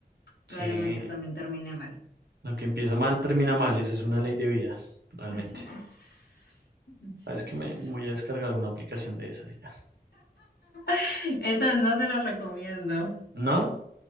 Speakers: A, on the left (about 80°); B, on the right (about 80°).
A: probablemente
B: sí,
A: también termine mal.
B: lo que empieza mal termina mal, eso es una ley de vida, realmente.
A: Así es, así
B: Sabes que
A: es.
B: me voy a descargar alguna aplicación de esas y ya.
A: <laughs> Esa no te la recomiendo.
B: ¿No?